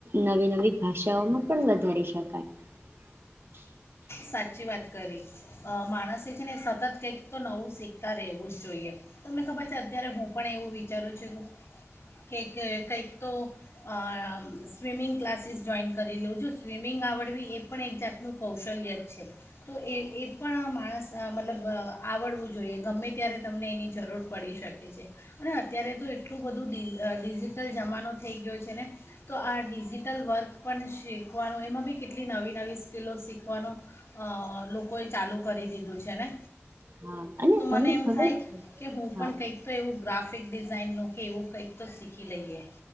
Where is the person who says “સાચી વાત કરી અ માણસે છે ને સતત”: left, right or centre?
Left